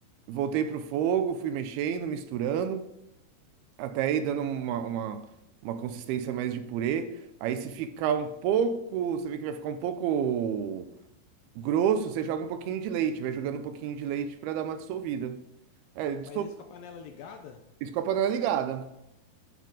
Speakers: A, on the right; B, on the left.
A: voltei pro fogo, fui mexendo, misturando, até aí dando uma, uma, uma consistência mais de purê. Aí se ficar um pouco, você vê que vai ficar um pouco grosso, você joga um pouquinho de leite, vai jogando um pouquinho de leite para dar uma dissolvida. É, dissol...
B: Mas isso com a panela ligada?
A: isso com a panela ligada.